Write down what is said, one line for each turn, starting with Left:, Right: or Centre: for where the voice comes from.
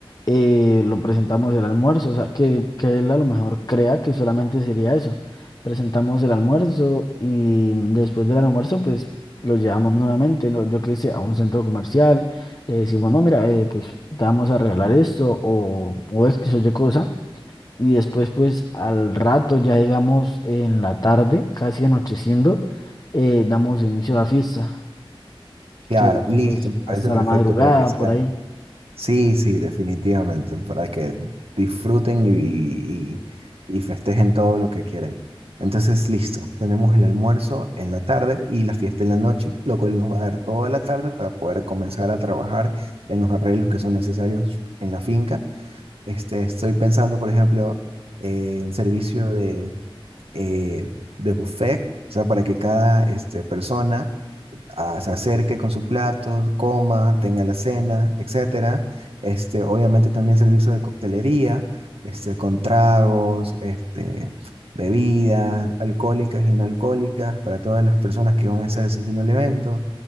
Left: eh, lo presentamos el almuerzo, o sea, que, que él a lo mejor crea que solamente sería eso. Presentamos el almuerzo y mm, después del almuerzo pues lo llevamos nuevamente, ¿no? Yo qué sé, a un centro comercial, le decimos, no, mira, eh, pues te vamos a regalar esto o, o es que soy cosa. Y después pues al rato, ya digamos en la tarde, casi anocheciendo, eh, damos inicio a la fiesta,
Right: Claro,
Left: que dure
Right: listo,
Left: pues
Right: me parece
Left: hasta
Right: perfecto
Left: la madrugada
Right: para que sea.
Left: por ahí.
Right: Sí, sí, definitivamente, para que disfruten y, y- y festejen todo lo que quieran. Entonces, listo, tenemos el almuerzo en la tarde y la fiesta en la noche, lo cual nos va a dar toda la tarde para poder comenzar a trabajar en los arreglos que son necesarios en la finca. Este, estoy pensando, por ejemplo, eh, en servicio de, eh, de buffet, o sea, para que cada este, persona ah, se acerque con su plato, coma, tenga la cena, etcétera. Este, obviamente también servicio de coctelería, este, con tragos, este, bebidas alcohólicas y no alcohólicas para todas las personas que van a estar asistiendo al evento.